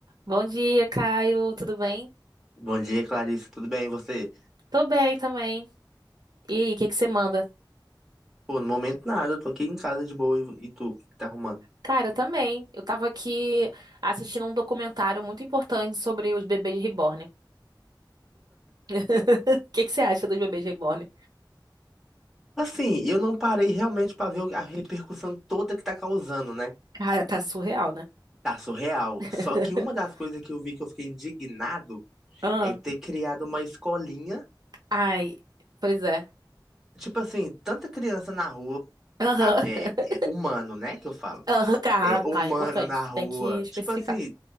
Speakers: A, on the right (about 55°); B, in the centre.
A: Bom dia, Caio. Tudo bem?
B: Bom dia, Clarice. Tudo bem, e você?
A: Tô bem também. E aí, o que que você manda?
B: Pô, no momento nada, eu tô aqui em casa de boa e, e tu, o que que tá arrumando?
A: Cara, eu também. Eu tava aqui assistindo um documentário muito importante sobre os bebês reborn. <laughs> O que que você acha dos bebês reborn?
B: Assim, eu não parei realmente pra ver a repercussão toda que tá causando, né?
A: Cara, tá surreal, né?
B: Tá surreal.
A: <laughs>
B: Só que uma das coisas que eu vi que eu fiquei indignado
A: Ah,
B: é ter criado uma escolinha.
A: ai, pois é.
B: Tipo assim, tanta criança na rua,
A: Aham.
B: a- é,
A: <laughs>
B: é humano, né? Que eu falo.
A: Aham, cara,
B: É humano
A: cara, é importante.
B: na rua.
A: Tem que especificar.
B: Tipo assim,